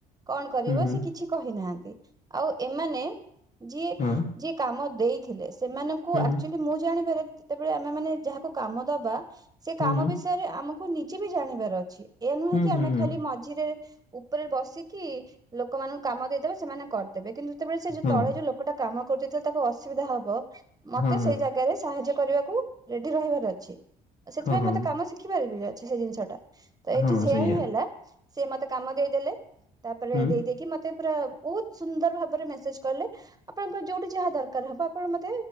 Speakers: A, on the right; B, on the left.
A: କଣ କରିବ
B: ହୁଁ, ହୁଁ,
A: ସେ କିଛି କହିନାହାନ୍ତି ଆଉ ଏମାନେ ଯିଏ
B: ହଁ,
A: ଯିଏ କାମ ଦେଇଥିଲେ ସେମାନେ କୁ
B: ହୁଁ,
A: ଆକଚୁଆଲି ମୁଁ ଜାଣିବାରେ ଯେତେବେଳେ ଆମେ ମାନେ ଯାହାକୁ କାମ ଦବା ସେ
B: ହୁଁ,
A: କାମ
B: ହୁଁ,
A: ବି ବିଷୟରେ ଆମକୁ ନିଜେ ବି ଜାଣିବାର ଅଛି ଏୟା ନୁହେଁ
B: ହୁଁ,
A: କି
B: ହୁଁ,
A: ଆମେ
B: ହୁଁ,
A: ଖାଲି
B: ହୁଁ।
A: ମଝିରେ ଉପରେ ବସିକି ଲୋକମାନଙ୍କୁ କାମ ଦେଇଦେବେ ସେମାନେ କରିଦେବେ କିନ୍ତୁ ଯେତେବେଳେ ସେ ଯୋଉ
B: ହଁ,
A: ତଳେ ଯୋଉ ଗୋଟେ କାମ କରୁଛି ଯେତେବେଲେ ତାକୁ ଅସୁବିଧା ହବ ମତେ
B: ହଁ,
A: ସେଇ ଜାଗାରେ ସାହାଯ୍ୟ କରିବାକୁ ରେଡି ରହିବାର ଅଛି ସେଥିପାଇଁ
B: ହଁ, ହଁ,
A: ମତେ
B: ହଁ,
A: କାମ ଶିଖିବାର ବି ଅଛି ସେଇ ଜିନିଷ ଟା। ତ ଏଠି
B: ହଁ
A: ସେୟା
B: ସେଇଆ।
A: ହିଁ ହେଲା ସେ ମୋତେ କାମ ଦେଇଦେଲେ ତାପରେ
B: ହୁଁ,
A: ଦେଇ ଦେଇ କି ମତେ ପୁରା ବହୁତ ସୁନ୍ଦର ଭାବରେ ମେସେଜ କଲେ ଆପଣଙ୍କର ଯୋଉଠି ଯାହା ଦର କାର ହବ ପଣ ମତେ